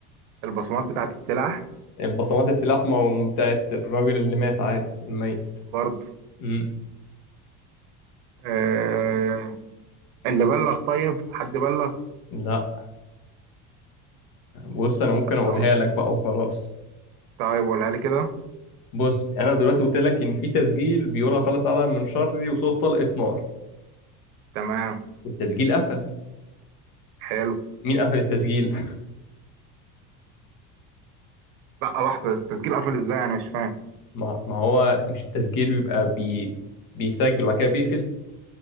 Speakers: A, on the right; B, on the left.
A: البصمات بتاعت السلاح
B: البصمات السلاح ما هم بتاعت الراجل اللي مات عادي الميت
A: برضه
B: مم.
A: آه اللي بلغ طيب حد بلغ
B: لا بص انا ممكن اقولها
A: أو-
B: لك بقى وخلاص
A: طيب قولها لي كده
B: بص انا دلوقتي قلت لك ان في تسجيل بيقول خلاص على من شري وصوت طلقة نار
A: تمام
B: والتسجيل قفل
A: حلو
B: مين قفل التسجيل
A: لا لحظة التسجيل قفل ازاي انا مش فاهم
B: <laughs> ما, ما هو مش التسجيل بيبقى بي... بيسجل وبعد كده بيقفل